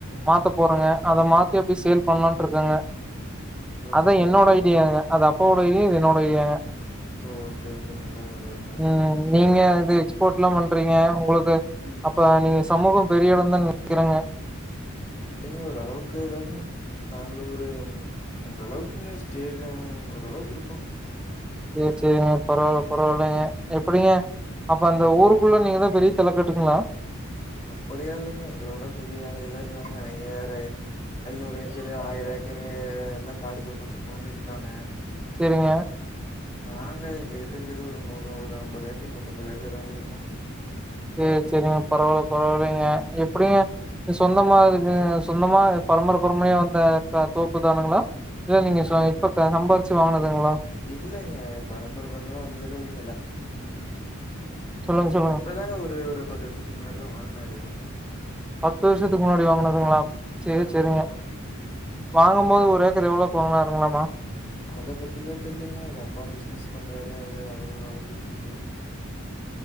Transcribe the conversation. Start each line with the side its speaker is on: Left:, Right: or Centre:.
Centre: மாத்த போறங்க அத மாத்தி அப்டியே சேல் பண்ணலான்ட்ருக்கங்க
Left: ஓகே
Centre: அது என்னோட
Left: ஓகேங்க
Centre: ஐடியாங்க அது அப்பாவோட எய் இது என்னோட இலியாங்க
Left: ஓகே ஓகே நல்லது நல்லதுங்க
Centre: ம் நீங்க இது எக்ஸ்போர்ட்லா பண்றீங்க உங்களுக்கு
Left: ம்
Centre: அப்ப நீங்க சமூகம் பெரிய இடந்தான் நெனைக்குறங்க
Left: இல்லைங்க ஓரளவுக்கு தாங்க நாங்களு ஒரு ஒரளவுக்குங்க ஸ்டேஜ் ஒரளவுக்கு இருக்கு
Centre: செரி செரிங்க பரவால்ல பரவால்லங்க எப்டிங்க அப்ப அந்த ஊருக்குள்ள நீங்கதா பெரிய தல கட்டுங்ளா
Left: அப்டிலா இல்லைங்க எங்களோட பெரிய ஆளுகளா இருக்காங்க நீங்க வேற ஐநூறு ஏக்கரு ஆயிரோ ஏக்கரு எல்லா காடு தோப்பு வச்சிருக்கவங்க இருக்காங்க
Centre: சரிங்க
Left: ஆங்க எங்ககிட்ட இருக்குறது ஒரு நூர் ஒரு அம்பது ஏக்கர் நூத்தம்பது ஏக்கர் தாங்க இருக்கு
Centre: து சரிங்க பரவால்ல பரவால்லைங்க
Left: ம்
Centre: எப்டிங்க இந்த சொந்தமாகதுக்கு சொந்தமா பரம்பர பரம்பரையா வந்த த தோப்பு தானுங்ளா இல்ல நீங்க சுய இப்ப சம்பாரிச்சு வாங்குனதுங்ளா
Left: இல்லைங்க பரம்பர பரம்பரையா வந்ததுலா இல்லேங்க எல்லா
Centre: சொல்லுங்க சொல்லுங்க
Left: இப்பதாங்க ஒரு ஒரு பத்து வருஷத்துக்கு முன்னாடி தா வாங்குனாரு
Centre: பத்து வருஷத்துக்கு முன்னாடி வாங்கினதுங்ளா சேரி
Left: ஆமாமாங்க.
Centre: சேரிங்க வாங்கு போது ஒரு ஏக்கர் எவ்ளோக்கு வாங்குனார்ங்களாமா
Left: அத பத்திலா தெர்லங்க அது அப்பா பிசினஸ் பண்றாரு அவரு அவரு அவருக்குதா தெரியு